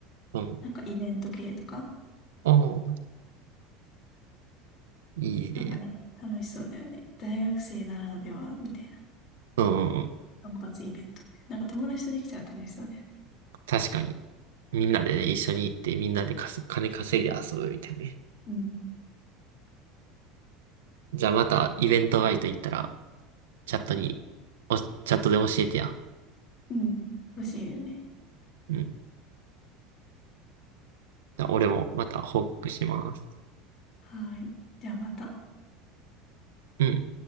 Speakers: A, on the right (about 75°); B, on the left (about 40°).
A: うんうん。うん。
B: なんかイベント系とか、
A: おー、いいね。
B: なんかね、楽しそうだよね。大学生ならでは、みたいな。
A: うんうんうん。
B: 単発イベントみたいな。なんか友達とできたら楽しそうだよね。
A: 確かに。みんなでね、一緒に行ってみんなでかす金稼いで遊ぶみたいなね。
B: うん。
A: じゃあまたイベントバイト行ったら、チャットに、お、チャットで教えてや。
B: うん。欲しいよね。
A: うん。じゃあ俺もまた報告します。
B: はーい。じゃあまた。
A: うん。